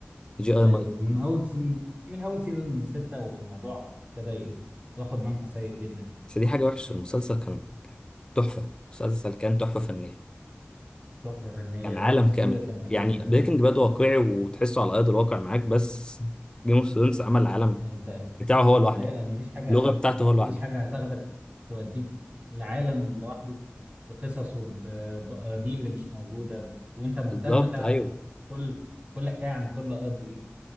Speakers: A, on the left; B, on the right.
A: جي آر
B: ايوه
A: مارتن
B: من اول سين من اول سيزون ستة والموضوع ابتدى ياخد منحى سيء جدا
A: بس دي حاجة وحشة المسلسل كان كان تحفة مسلسل كان تحفة فنية
B: تحفه فنيه
A: كان
B: التصوير
A: عالم كامل
B: كان حلو
A: يعني
B: جدا
A: بريكنج باد واقعي وتحسه على ارض الواقع معاك بس جيم اوف ثرونز عمل العالم
B: انت
A: بتاعه هو لوحده
B: ايوه مفيش حاجه
A: اللغه بتاعته هو لوحده
B: مفيش حاجه هتاخدك توديك لعالم لوحده بقصصه ب- بقضيه اللي مش موجوده وانت
A: بالظبط
B: مهتم تعرف
A: ايوه
B: كل كل حكايه عن كل قد ايه